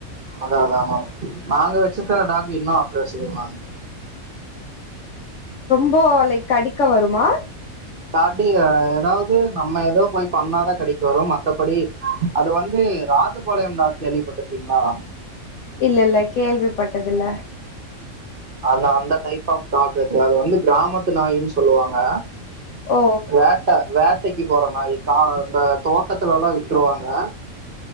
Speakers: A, on the right; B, on the left.
A: அதா அதா மேம் நாங்க வச்சிருக்க டாக்கு இன்னோ பேசுங்க மேம்
B: இப்போ லைக் கடிக்க வருமா
A: பார்ட்டி ஏதாவது நம்ம ஏதோ போய் பண்ணாதா கடிக்க வரு மத்தபடி அது வந் து ராஜபாளையம் டாக் கேள்விப்பட்டிருக்கீங்களா
B: இல்ல இல்ல கேள்விப்பட்டதில்ல
A: அந்த அந்த டைப் ஆஃப் டாக் அது வந்து கிராமத்து நாயின்னு சொல்லுவாங்க
B: ஓ
A: வேட்ட வேட்டைக்கு போறே நாய் கா இந்த தோட்டத்துலலா விட்ருவாங்க